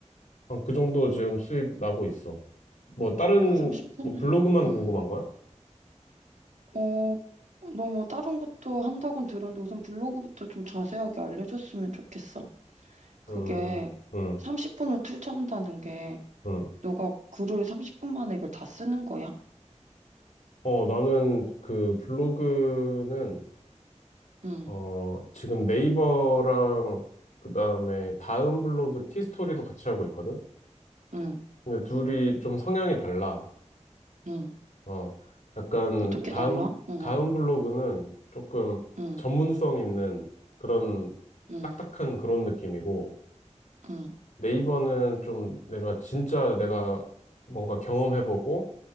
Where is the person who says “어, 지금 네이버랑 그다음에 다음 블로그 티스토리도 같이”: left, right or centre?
Left